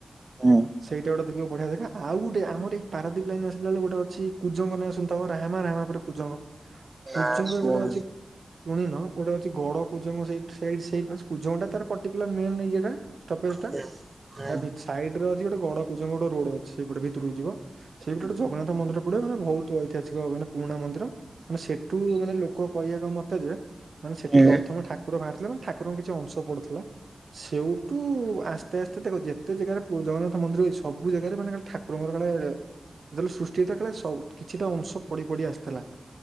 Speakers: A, on the right; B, on the right.
A: ହୁଁ
B: ସେଇଟା ଗୋଟେ ଦେଖିବ ବଢିଆ ଜାଗା। ଆଉ ଗୋଟେ ଆମର ଏଇ ପାରାଦୀପ ଲାଇନ ଆସିଲାବେଳେ ଗୋଟେ ଅଛି କୁଜଙ୍ଗ ନାଁ ଶୁଣିଥିବ। ରାହାମା ରାହାମା ପରେ କୁଜଙ୍ଗ। କୁଜଙ୍ଗରେ
A: ନା ଶୁଣ
B: ଗୋଟେ ଅଛି, ଶୁଣିନ ଗୋଟେ ଅଛି ଗଡ କୁଜଙ୍ଗ ସେଇ ସେଇ ସେଇ କୁଜଙ୍ଗଟା ତାର ପଟିର୍କୁଲାର ମେନ୍ ୟେ ଟା। ଷ୍ଟପେଜଟା।
A: ହୁଁ
B: ତା ଭିତର ସାଇଡରେ ଅଛି, ଗୋଟେ ଗଡ କୁଜଙ୍ଗ ରୋଡ ଅଛି। ସେଇପଟେ ଭିତରକୁ ଯିବ। ସେଇପଟେ ଗୋଟେ
A: ହୁଁ
B: ଜଗନ୍ନାଥ ମନ୍ଦିର ପଡିବ, ତାର ବହୁତ ଐତିହାସି ଯୋଉ ମାନେ ପୁରୁଣା ମନ୍ଦିର, ମାନେ ସେଠୁ ମାନେ ଲୋକ କହିବାର ମତ ଯେ ମାନେ ସେଠି
A: ହୁଁ
B: ପ୍ର ମୁଁ ଠାକୁର ବାହାରିଥିଲା, ଠାକୁରଙ୍କର କିଛି ଅଂଶ ପଡୁଥିଲା। ସେଇଠୁ ଆସ୍ତେ ଆସ୍ତେ ତାକୁଯେତେ ଜାଗାରେ ପୁ ଜଗନ୍ନାଥ ମନ୍ଦିର ସବୁ ଜାଗାରେ ମାନେ ଠା ଠାକୁରଙ୍କର କାଳେ ଯେତେବେଳେ ସୃଷ୍ଟି ହେଇଥିଲା, କାଳେ ସ କିଛିଟା ଅଂଶ ପଡି, ପଡି ଆସିଥିଲା।